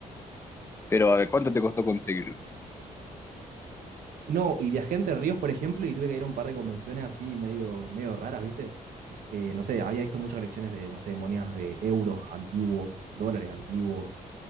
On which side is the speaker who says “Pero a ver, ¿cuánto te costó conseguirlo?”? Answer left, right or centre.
Left